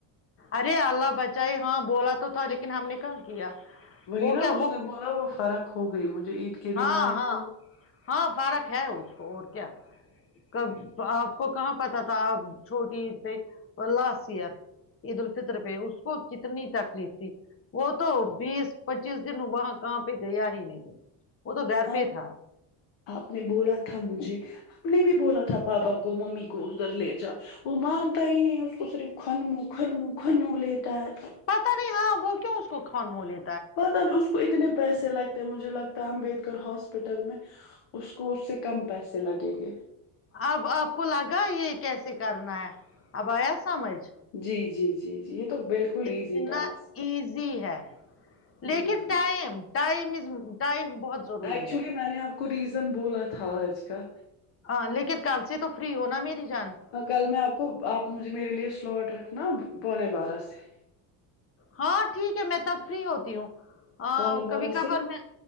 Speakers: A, on the left; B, on the left.
A: ارے اللہ بچائے ہاں بولا تو تھا لیکن ہم نے کہ کیا
B: وہی
A: وہ
B: نا
A: کیا
B: اس
A: وہ
B: نے بولا وہ فرق ہو گئی مجھے عید کے
A: ہاں
B: دن آئے
A: ہاں
B: تھے
A: ہاں فرق ہے اس کو اور کیا کب آپ کو کہاں پتا تھا آپ چھوٹی تھ لاسٹ ایئر عید الفطر پہ اس کو کتنی تکلیف تھی وہ تو بیس پچیس دن وہاں کہاں پہ گیا ہی نہیں وہ تو گھر
B: آ
A: پہ تھا
B: آپ نے بولا تھا مجھے ہم نے بھی بولا تھا تھا پاپا کو ممی کو ادھر لے جا وہ مانتا ہی نہیں اس کو صرف خن من خن من خن منہ لیتا ہے
A: پتا نہیں ہاں وہ کیوں اس کو کن مولے
B: پتہ نہیں اس کو اتنے پیسے لگتے مجھے لگتا ہے امبڈکر ہاسپٹل میں اس کو اس سے کم پیسے لگیں گے
A: اب آپ کو لگا یہ کیسے کرنا ہے اب آیا سمجھ
B: جی جی جی جی یہ تو بالکل ایزی
A: اتنا
B: ٹاسک
A: ایزی ہے لیکن
B: جی جی
A: ٹائم ٹائمز ٹائم بہت ضروری
B: ایکچولی
A: ہے
B: میں نے آپ کو ریزن بولا تھا آج کا
A: ہاں لیکن کل سے تو فری ہوناا میری جان
B: کل میں آپ کو آپ مجھے میرے لیے سلاٹ رکھنا پونے <unintelligible>
A: ہاں ٹھیک ہے میں تب فری ہوتی ہوں ہاں
B: پونے بارہ
A: کبھی ک
B: سے
A: پر میں